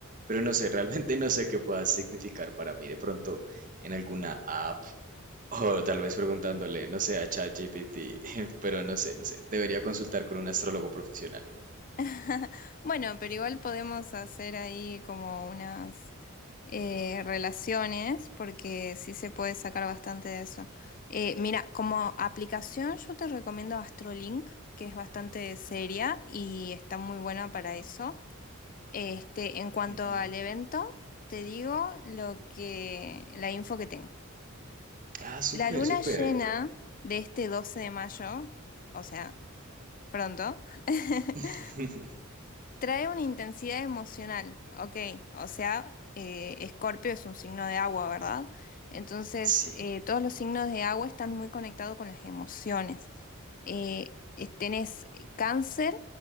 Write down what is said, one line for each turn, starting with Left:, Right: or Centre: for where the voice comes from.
Right: pero no sé, <laughs> realmente no sé qué pueda significar para mí. De pronto en alguna app o tal vez preguntándole, no sé, a ChatGPT, <laughs> pero no sé, no sé, debería consultar con un astrólogo profesional.
Left: <laughs> Bueno, pero igual podemos hacer ahí como unas eh, relaciones, porque sí se puede sacar bastante de eso. Eh, mira, como aplicación yo te recomiendo Astrolink, que es bastante seria y está muy buena para eso. Este, en cuanto
Right: Ujú.
Left: al evento, te digo lo que, la info que tengo.
Right: Ah, súper,
Left: La luna
Right: súper.
Left: llena de este 12 de mayo, o sea, pronto. <laughs>
Right: <laughs>
Left: Trae una intensidad emocional, ok. O sea, eh, Escorpio es un signo de agua, ¿verdad? Entonces,
Right: Sí,
Left: eh, todos los signos de agua están muy conectados con las emociones eh, eh, tenés cáncer,